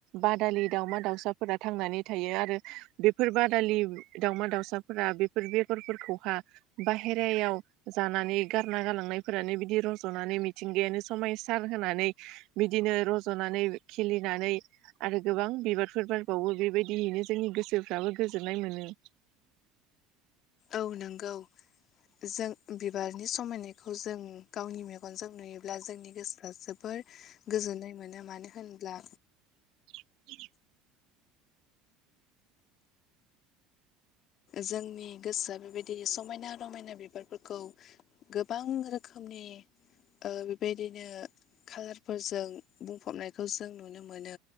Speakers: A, on the right; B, on the left.
A: बादालि दाउमा दाउसाफोरा थांनानै थायो आरो बेफोर बादालि दावमा दाउसाफोरा बे फोर बेगरफोरखौहा बाहेरायाव जानानै गारना गालांनायफोरानो बिदि रज'नानै मि मिथिंगायानो समायसार होनानै बिदिनो रज'नानै खिलिनानै आरो गोबां बिबारफोर बारबावो बेबायदियैनो जोंनि गोसोफ्राबो गोजोननाय मोनो।
B: औ नोंगौ जों बिबारनि समायनायखौ जों गावनि मेगनजों नुयोब्ला जोंनि गोसोआ जोबो बोर गोजोननाय मोनो मानो होनोब्ला
A: <inaudible>
B: जोंनि गोसोआ बेबायदि समायना रमायना बिबारफोरखौ गोबां रोखोमनि ओ बेबायदिनो खालारफोरजों बुंफबनायखौ जों नुनो मोनो।